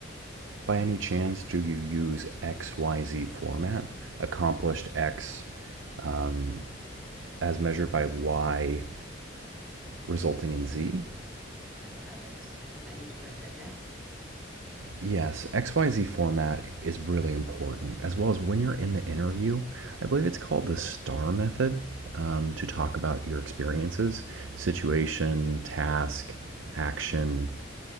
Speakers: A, on the right; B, in the centre.
A: By any chance, do you use XYZ format? Accomplished X um, as measured by Y resulting in Z?
B: I haven't. I think I need to write that down.
A: Yes, XYZ format is really important, as well as when you're in the interview. I believe it's called the STAR method um, to talk about your experiences situation, task, action,